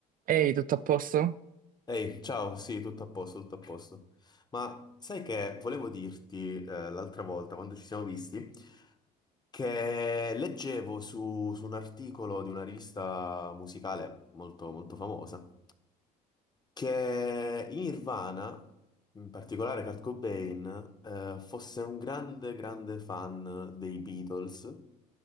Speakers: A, on the right; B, on the left.
A: Ehi, tutto a posto?
B: Ehi, ciao, sì, tutto a posto, tutto a posto. Ma sai che volevo dirti eh, l'altra volta, quando ci siamo visti, che leggevo su, su un articolo di una rivista musicale molto, molto famosa, che in Nirvana, in particolare Kurt Cobain, eh, fosse un grande, grande fan dei Beatles.